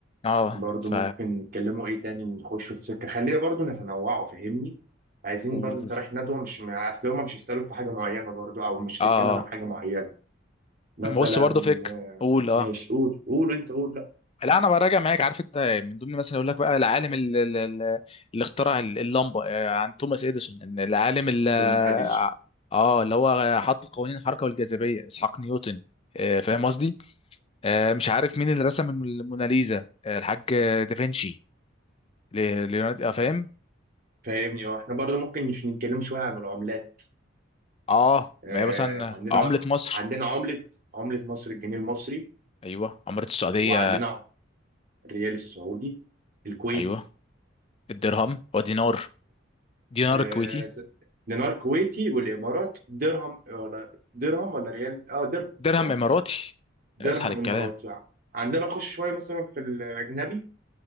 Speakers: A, on the left; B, on the right.
A: اه
B: برضو
A: ف
B: ممكن نتكلموا ايه تاني نخشوا في سكه خلينا برضو نتنوعوا فاهمني عايزين
A: اه
B: برضو انت رايح ندوه مش ما- اصل هما مش يسالوك في حاجه معينه برضو او مش
A: اه
B: هتتكلم عن حاجه معينه مثلا
A: بص برضه فكر
B: آه،
A: قول اه
B: ماشي قول قول انت قول لا
A: لا انا براجع معاك عارف انت من ضمن مثلا اقول لك بقى العالم ال- ال- ال- اللي اخترع ال- اللمبه آه، عن توماس اديسون إن العالم ال- اه
B: تو من اديسون
A: آه، اللي هو حط قوانين الحركه والجاذبيه اسحاق نيوتن آه، فاهم قصدي آه، مش عارف مين اللي رسم الموناليزا آه، الحاج دافنشي لي- ليوناردو آه، فاهم
B: فاهمني اه احنا برضو ممكن نش- نتكلم شويه عن العملات
A: اه
B: آه
A: ما هي مثلا
B: عندنا
A: عمله مصر
B: عندنا عمله عمله مصر الجنيه المصري
A: ايوه عمله السعوديه
B: وعندنا الريال السعودي الكويت
A: ايوه الدرهم ودينار دينار
B: آه،
A: كويتي
B: س- دينار كويتي والامارات درهم ولا درهم ولا ريال اه درهم
A: درهم
B: صح
A: اماراتي
B: درهم
A: اسحل الكلام
B: اماراتي يعني. عندنا نخش شويه مثلا في الاجنبي